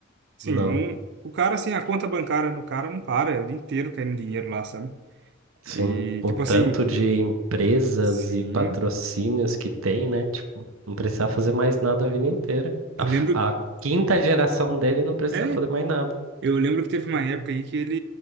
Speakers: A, on the right; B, on the right.
A: Sim,
B: Não,
A: não. O cara, assim, a conta bancária do cara não para, é o dia inteiro caindo dinheiro lá, sabe?
B: sim.
A: E,
B: O
A: tipo
B: tanto
A: assim.
B: de empresas
A: Sim,
B: e patrocínios que tem, né? Tipo, não precisa fazer mais nada a vida inteira.
A: Eu
B: A, f-
A: lembro,
B: a quinta geração dele não precisa
A: é,
B: fazer mais nada.
A: eu lembro que teve uma época aí que ele,